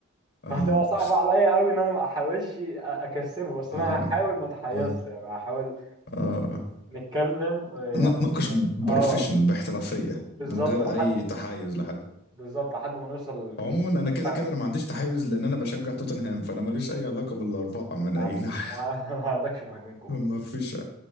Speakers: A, on the left; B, on the right.
A: اه
B: فهتبقى صعبة عليا قوي ان انا ما احاولش أ- اكسبه
A: <laughs>
B: بس
A: اه
B: انا هحاول ما اتحيرش
A: اه
B: يعني هحاول
A: اه
B: نتكلم و- يعني
A: نتناقش
B: <laughs> بس-
A: بروفيشنال
B: اه
A: باحترافيه
B: بالظبط
A: من غير
B: لحد
A: اي تحيز لحد
B: بالظبط لحد ما نوصل
A: عموما انا كده
B: فعلا
A: كده
B: ما
A: أنا ما عنديش تحيز لان انا بشجع توتنهام فانا ماليش اي علاقه بالاربعه من
B: عن-
A: اي ناحيه
B: <laughs> ما عندكش مهاجمين كوره
A: <laughs> ما فيش